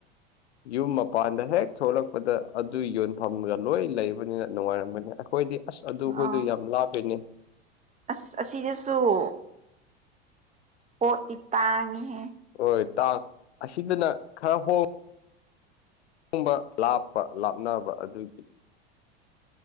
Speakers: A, on the left; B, on the right.
A: ꯌꯨꯝ ꯃꯄꯥꯟꯗ ꯍꯦꯛ ꯊꯣꯛꯂꯛꯄꯗ ꯑꯗꯨ ꯌꯣꯟꯐꯝꯒ ꯂꯣꯏ ꯂꯩꯕꯅꯤꯅ ꯅꯨꯡꯉꯥꯏꯔꯝꯒꯅꯤ ꯑꯩꯈꯣꯏꯗꯤ ꯑꯁ ꯑꯗꯨꯈꯣꯏꯗꯣ
B: ꯑꯥ
A: ꯌꯥꯝ ꯂꯥꯞꯂꯤꯅꯦ
B: ꯑꯁ ꯑꯁꯤꯗꯁꯨꯣ ꯍꯇꯤ ꯇꯥꯡꯉꯦꯍꯦ
A: ꯣꯏ ꯇꯥꯡ ꯑꯁꯤꯗꯅ ꯈꯔ ꯍꯣꯡ ꯑꯕ ꯂꯥꯞꯄ ꯂꯥꯞꯅꯕ ꯑꯗꯨꯒꯤ